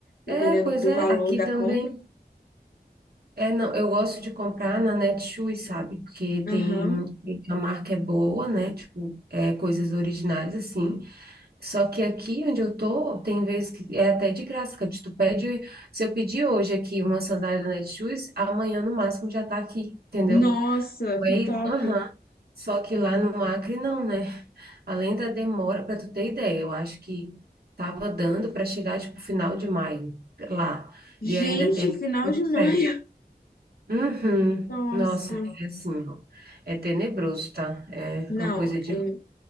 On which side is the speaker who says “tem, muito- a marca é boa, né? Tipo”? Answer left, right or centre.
Right